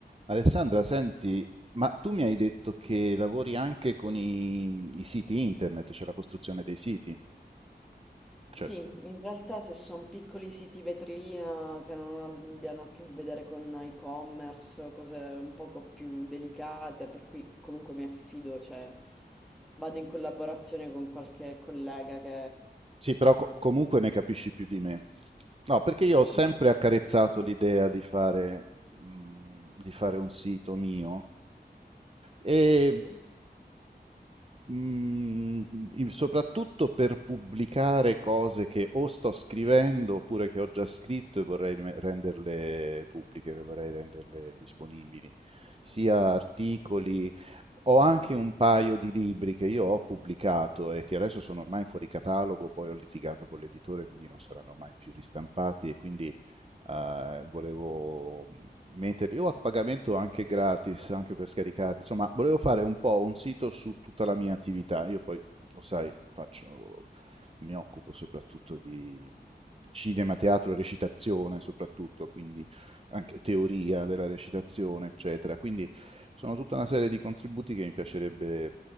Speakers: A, on the right; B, in the centre.
A: Alessandra, senti, ma tu mi hai detto che lavori anche con i, i siti internet, cioè la costruzione dei siti. Cioè,
B: Sì, in realtà se sono piccoli siti vetrina che non abbiano a che vedere con e-commerce, cose un poco più delicate, per cui comunque mi affido, cioè vado in collaborazione con qualche collega che
A: sì, però co- comunque ne capisci più di me. No, perché
B: sì,
A: io ho
B: sì,
A: sempre
B: sì,
A: accarezzato l'idea di fare, mh, di fare un sito mio e
B: mhm,
A: Mm, soprattutto per pubblicare cose che o sto scrivendo oppure che ho già scritto e vorrei rime- renderle pubbliche, vorrei renderle disponibili, sia articoli. Ho anche un paio di libri che io ho pubblicato e che adesso sono ormai fuori catalogo, poi ho litigato con l'editore, quindi non saranno mai più ristampati e quindi eh, volevo metterli o a pagamento anche gratis, anche per scaricarli. Insomma, volevo fare un po' un sito su tutta la mia attività. Io poi, lo sai, faccio, mi occupo soprattutto di cinema, teatro, recitazione soprattutto, quindi anche teoria della recitazione, eccetera. Quindi sono tutta una serie di contributi che mi piacerebbe